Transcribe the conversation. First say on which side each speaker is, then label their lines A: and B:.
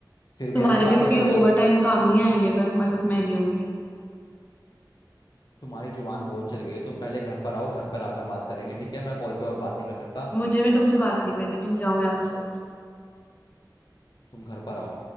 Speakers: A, on the left; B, on the left.
A: फिर भी
B: तुम्हारे
A: ऐसी बातें
B: भी कोई
A: कर रहे हो
B: ओवर टाइम काम नहीं आएंगे अगर तुम्हारे साथ मैं नहीं होंगी तो
A: तुम्हारी जुबान बहुत चल गई है तुम पहले घर पर आओ घर पर आकर बात करेंगे ठीक है मैं कॉल पे और बात नहीं कर सकता
B: मुझे भी तुमसे बात नहीं करनी तुम जाओ यहाँ से
A: तुम घर पर आओ